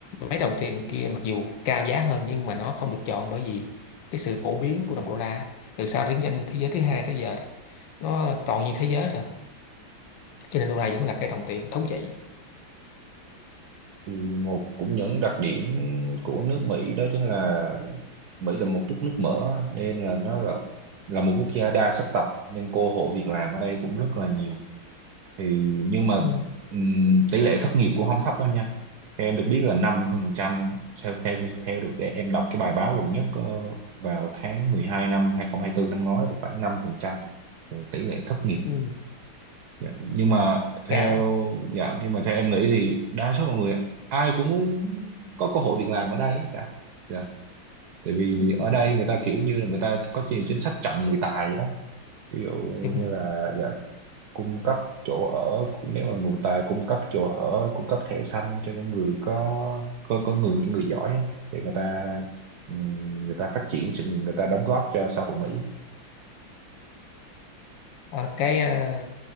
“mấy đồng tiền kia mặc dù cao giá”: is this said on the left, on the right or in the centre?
Left